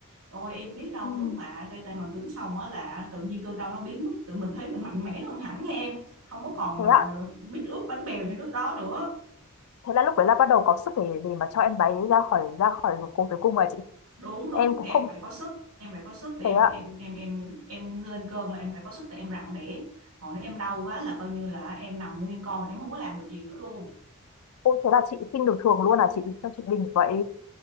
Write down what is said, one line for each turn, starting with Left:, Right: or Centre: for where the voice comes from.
Right: rồi em biết đâu
Left: Ừ.
Right: lúc mà gây tê màng cứng xong á là tự nhiên cơn đau nó biến mất tự mình thấy mình mạnh mẽ hơn hẳn nha em không có còn
Left: Thế
Right: mà
Left: ạ.
Right: biết ướt bánh bèo như lúc đó nữa
Left: Thế là lúc đấy là bắt đầu có sức để để mà cho em bé ra khỏi ra khỏi vùng cùng tử cung rồi chị.
Right: đúng đúng
Left: Em cũng
Right: em
Left: không
Right: phải có sức em phải có sức để
Left: thế
Right: em
Left: ạ.
Right: em em em em lên cơn là em phải có sức để em rặn đẻ còn nếu em đau quá là coi như là em nằm nguyên con em không có làm được gì nữa luôn
Left: Ôi thế là chị sinh được thường luôn à chị? Sao chị bình vậy?